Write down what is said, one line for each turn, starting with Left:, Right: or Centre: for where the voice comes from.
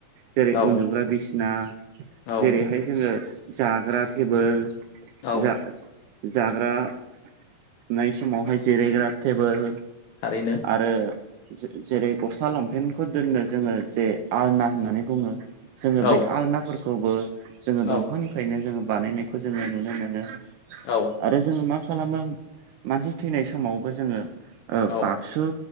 Right: जेरै
Left: औ
Right: उन्दुग्रा बिसिना
Left: औ
Right: जेरैहाय जोङो जाग्रा टेबोल
Left: औ
Right: जा जाग्रानाय समावहाय जिरायग्रा टेबोल
Left: थारैनो।
Right: आरो जे जेरै गस्ला लंपेनटखौ दोननो जोङो जे आलना होननानै बुङो। जोङो
Left: औ
Right: बे आलनाफोरखौबो जोङो दंफांनिफ्रायनो
Left: औ
Right: जोङो बानायनाय खौ जोङो नुनो मोनो
Left: औ
Right: आरो जोङो मा खालामो मानसि थैनाय समावबो जोङो ओ
Left: औ
Right: बाक्सु